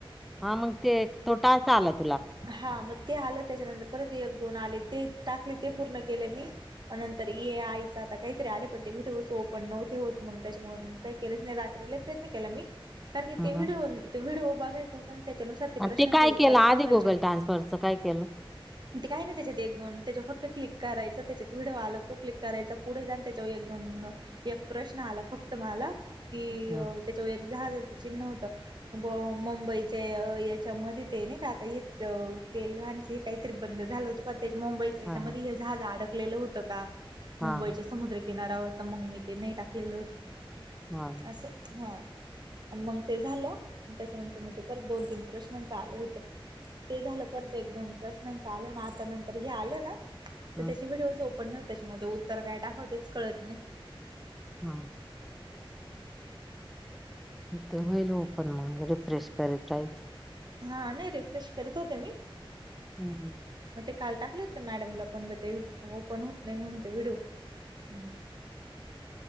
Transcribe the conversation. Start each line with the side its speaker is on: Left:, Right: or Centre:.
Centre: हा मग ते तोटा असं आलात
Right: हा म ते आलं त्याच्यानंतर परत एक दोन आले ते टाकले ते पूर्ण केले मी नंतर ये आईचा आता काहीतरी आले पण ते भट बसो पण नव ते होत मग त्याच्या काही केलेच नाही रात्रीला प्रयत्न केला मी कारण की
Centre: हं,
Right: ते
Centre: हं.
Right: व्हिडिओ ते्हडिओ बघायं होत आणि त्याच्यानुसार ते
Centre: आणि
Right: प्रश्नाचे
Centre: काय
Right: उत्तर
Centre: केलं आधी
Right: सांगायचे
Centre: गुगल ट्रान्सफरच काय केलं
Right: ते काही नाही त्याच्यात एक दोन त्याच्या फक्त क्लिक करायच त्याच्यात व्हिडिओ आला तो क्लिक करायचा पुढे जान त्याच्यावर एक दोन एक प्रश्न आला फक्त मला कि
Centre: हा
Right: त्याच्या जहा चिन्ह होत मुंबईच्या याच्यामध्येध्ये ते नाही का आता येत तेल वानचं हे काहीतरी बंद झालं होतं पण त्या मुंबईच्या
Centre: हा
Right: हच्यामध्ये हे झाजं अडकलेलं होतं का
Centre: हा
Right: मुंबईच्या समुद्रकिनारा होता मग मी ते नाही टाकलेलं होत
Centre: हा
Right: असं हा आणि मग ते झालं त्याच्यानंतर मग ते परत दोन तीन प्रश्नांच आलं होत ते झालं परत एक दोन प्रश्नांचं आलं ना आता नंतर हे आलं ना तर
Centre: हा
Right: त्याची व्हिडिओ सोप पण त्याच्यामुळे ते उत्तर काय टाकवतेच कळत नाही
Centre: हा ते होईल ओपन मग रिफ्रेश करीत राहीस
Right: हा नाही रिफ्रेश करीत होते मी
Centre: हम्म हम्
Right: मग ते काल टाकले होत ना मॅडमला पण ब ते ओपन होत नाही म्हणून व्हिडिओ <unintelligible>